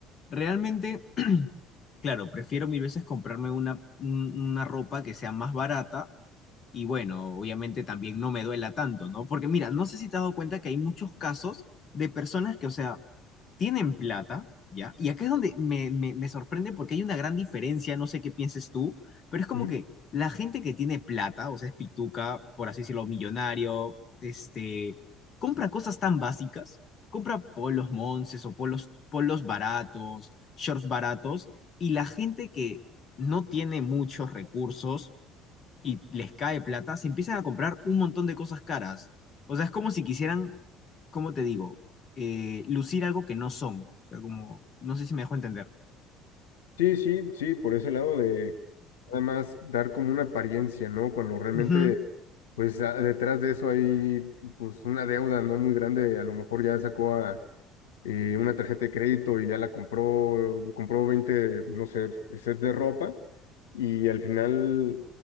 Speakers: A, on the left (about 40°); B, on the left (about 75°).
A: realmente... Claro, prefiero mil veces comprarme una, un- una ropa que sea más barata y bueno, obviamente también no me duela tanto, ¿no? Porque mira, no sé si te has dado cuenta que hay muchos casos de personas que, o sea, tienen plata, ¿ya? Y acá es donde me, me- me sorprende porque hay una gran diferencia, no sé qué pienses tú, pero es como
B: Ujú.
A: que la gente que tiene plata, o sea, es pituca, por así decirlo, millonario, este, compra cosas tan básicas, compra polos monces o polos, polos baratos, shorts baratos, y la gente que no tiene muchos recursos y les cae plata, se empiezan a comprar un montón de cosas caras. O sea, es como si quisieran ¿cómo te digo? Eh, lucir algo que no son. O sea, como, no sé si me dejo entender.
B: Sí, sí, sí, por ese lado de nada más dar como una apariencia, ¿no? Cuando realmente,
A: Ujú,
B: pues a- detrás de eso hay pues una deuda no muy grande, a lo mejor ya sacó a, eh, una tarjeta de crédito y ya la compró, compró 20 no sé, sets de ropa y al final,